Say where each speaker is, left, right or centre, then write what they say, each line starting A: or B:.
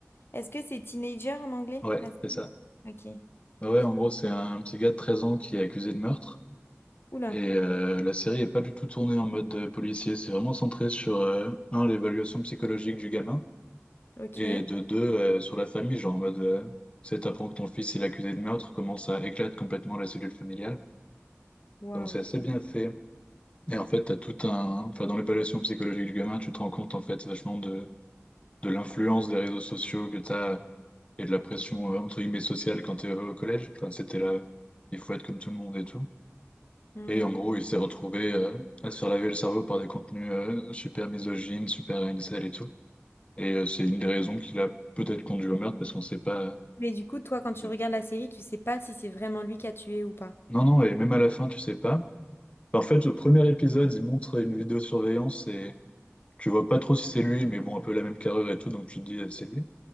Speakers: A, on the left; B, on the left.
A: Est-ce que c'est Teenager en anglais?
B: Ouais,
A: la série
B: c'est ça.
A: Ok,
B: Bah ouais, en
A: ok.
B: gros, c'est un petit gars de 13 ans qui est accusé de meurtre.
A: Oula,
B: Et euh, la série est pas du tout tournée en mode euh, policier, c'est vraiment centré sur, euh, un, l'évaluation psychologique du gamin,
A: ok.
B: et de deux, euh, sur la famille, genre en mode, euh, c'est t'apprends que ton fils il est accusé de meurtre, comment ça éclate complètement la cellule familiale.
A: Waouh.
B: Donc c'est assez bien fait. Et en fait, t'as tout un... Enfin, dans l'évaluation psychologique du gamin, tu te rends compte, en fait, vachement de, de l'influence des réseaux sociaux que t'as et de la pression, euh, entre guillemets, sociale quand t'es au collège. Enfin, c'était là, il faut être comme tout le monde et tout.
A: Ouais.
B: Et en gros, il s'est retrouvé euh, à se faire laver le cerveau par des contenus euh, super misogynes, super incel et tout. Et euh, c'est une des raisons qui l'a peut-être conduit au meurtre, parce qu'on sait pas...
A: Mais du coup, toi, quand tu
B: on sait-
A: regardes la série, tu sais pas si c'est vraiment lui qui a tué ou pas.
B: Non, non, et même à la fin, tu sais pas. En fait, au premier épisode, il montre une vidéosurveillance et... Tu vois pas trop si c'est lui, mais bon, un peu la même carrure et tout, donc tu te dis euh, c'est lui.